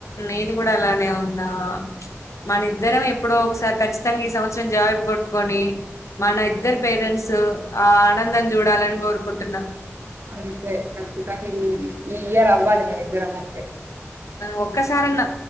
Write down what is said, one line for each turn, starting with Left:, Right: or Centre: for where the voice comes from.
Left: నీది కూడా అలానే ఉందా మన ఇద్దరం ఎప్పుడో ఒకసారి ఖచ్చితంగ ఈ సంవత్సరం జాబు గొట్టుకొని మన ఇద్దరి పేరెంట్స్ ఆనందం జుడాలని గోరుకుంటున్న.
Right: అంతే ఖచ్చితంగా ఇ ఈ ఇయర్ అవ్వాలి మన ఇద్దరం అంతే.
Left: ఒక్కసారన్న